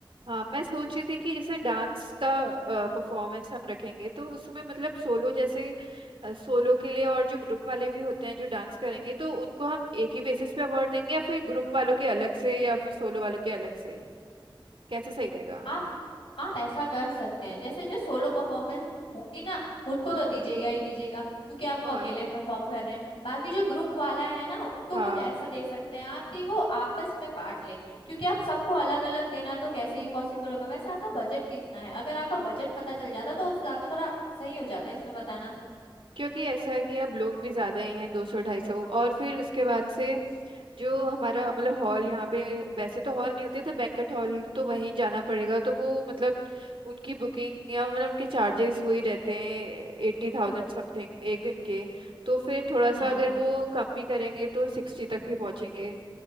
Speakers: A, on the right (about 85°); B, on the left (about 85°).
A: हाँ मैं सोच रही थी कि जैसे डांस का परफॉर्मेंस हम रखेंगे तो उसमें मतलब सोलो जैसे सोलो के लिए और जो ग्रुप वाले भी होते हैं जो डांस करेंगे तो उनको हम एक ही बेसिस पे अवार्ड देंगे या फिर ग्रुप वालों के अलग से या फिर सोलो वालों के अलग से कैसा सही रहेगा
B: आप आप ऐसा कर सकते हैं जैसे जो सोलो परफॉर्मेंस होंगी ना उनको तो दीजिएगा ही दीजिएगा क्योंकि आप वो
A: हाँ
B: अकेले परफॉर्म कर रहे हैं बाकी जो ग्रुप वाला है ना उनको
A: हाँ
B: कुछ ऐसा दे सकते हैं आप कि वो आपस में बांट लें क्योंकि आप सबको अलग अलग देना तो कैसे ही पॉसिबल होगा वैसे आपका बजट कितना है अगर आपका बजट पता चल जाता तो उस हिसाब से थोड़ा सही हो जाता है इसमें बताना
A: क्योंकि ऐसा है कि अब लोग भी ज्यादा ही हैं दो सौ ढाई सौ और फिर उसके बाद से जो हमारा मतलब हॉल यहाँ पे वैसे तो हॉल नहीं होते तो बैंक्वेट हॉल तो वहीं जाना पड़ेगा तो वो मतलब उनकी बुकिंग या मतलब उनके चार्जेस वही रहते हैं एट्टी थाउजेंड समथिंग एक दिन के तो फिर थोड़ा
B: हाँ
A: सा अगर वो कम भी करेंगे तो सिक्सटी तक भी पहुंचेंगे